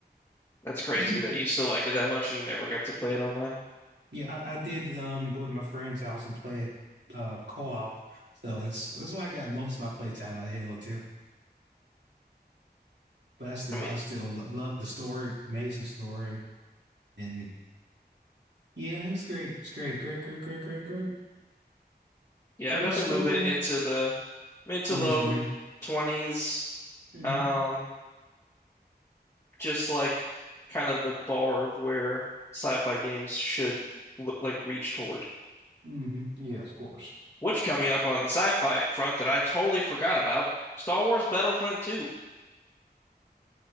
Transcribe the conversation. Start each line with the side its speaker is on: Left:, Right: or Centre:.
Left: That's crazy
Right: <laughs>
Left: that you still like it that much and you never got to play it online.
Right: Yeah, I, I did um go to my friend's house and play it uh co-op. So that's that's why I got most of my playtime out of Halo 2. But I still
Left: I mean,
Right: I still lo love the story, amazing story. And yeah, it's great. It's great. Great, great, great, great, great.
Left: yeah,
Right: Great
Left: I'll definitely
Right: story.
Left: move it into the mid to
Right: 20s
Left: low
Right: for me.
Left: 20s.
Right: Mm-hmm.
Left: Um, just like kind of the bar of where sci-fi games should look like reach toward.
Right: Mm-hmm. Yeah, of course.
Left: Which coming up on the sci-fi front that I totally forgot about, Star Wars Battlefront 2.